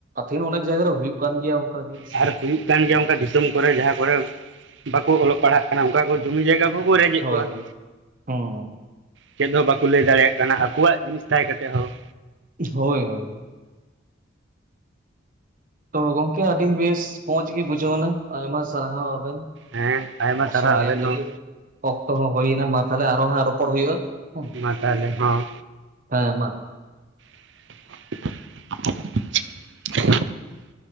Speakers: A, on the right (about 45°); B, on the right (about 65°).
A: ᱛᱮᱦᱮᱧ ᱚᱱᱟ ᱡᱟᱭᱜᱟ ᱨᱮ ᱦᱩᱭᱩᱜ ᱠᱟᱱ ᱜᱮᱭᱟ ᱚᱱᱠᱟ ᱜᱤ
B: ᱟᱨ ᱦᱩᱭᱩᱜ ᱠᱟᱱ ᱜᱮᱭᱟ ᱚᱱᱠᱟ ᱫᱤᱥᱚᱢ ᱠᱚᱨᱮ ᱡᱟᱦᱟᱸ ᱠᱚᱨᱮ ᱵᱟᱠᱚ ᱚᱞᱚᱜ ᱯᱟᱲᱦᱟᱜ ᱠᱟᱱᱟ ᱚᱝᱠᱟ ᱠᱚ- ᱡᱩᱢᱤ ᱡᱟᱭᱜᱟ ᱠᱚᱦᱚᱸ ᱠᱚ ᱨᱮᱡᱮᱜ
A: ᱦᱳᱭ
B: ᱠᱚᱣᱟ
A: ᱦᱳᱭ ᱦᱚᱸ
B: ᱪᱮᱫ ᱦᱚᱸ ᱵᱟᱠᱚ ᱞᱟᱹᱭ ᱫᱟᱲᱮᱭᱟᱜ ᱠᱟᱱᱟ ᱟᱠᱚᱣᱟᱜ ᱡᱤᱱᱤᱥ ᱛᱟᱦᱮᱸ ᱠᱟᱛᱮ ᱦᱚᱸ
A: ᱦᱳᱭ ᱦᱳᱭ ᱛᱚ ᱜᱚᱝᱠᱮ ᱟᱹᱰᱤᱱ ᱵᱮᱥ ᱢᱚᱸᱡᱽ ᱜᱮ ᱵᱩᱡᱷᱟᱹᱣ ᱮᱱᱟ ᱟᱭᱢᱟ ᱥᱟᱨᱦᱟᱣ ᱟᱵᱮᱱ
B: ᱦᱮᱸ ᱟᱭᱢᱟ ᱥᱟᱨᱦᱟᱣ
A: ᱥᱚᱢᱚᱭ
B: ᱟᱵᱤᱱ
A: ᱮᱢ ᱞᱟᱹᱜᱤᱫ
B: ᱦᱚᱸ
A: ᱚᱠᱛᱚ ᱦᱚᱸ ᱦᱩᱭᱱᱟ ᱢᱟ ᱛᱟᱞᱦᱮ ᱟᱨᱦᱚ ᱦᱟᱜ ᱨᱚᱯᱚᱲ ᱦᱩᱭᱩᱜᱼᱟ ᱦᱮᱸ
B: ᱢᱟ ᱛᱟᱦᱚᱞᱮ ᱦᱚᱸ
A: ᱦᱮᱸ ᱢᱟ
B: <unintelligible>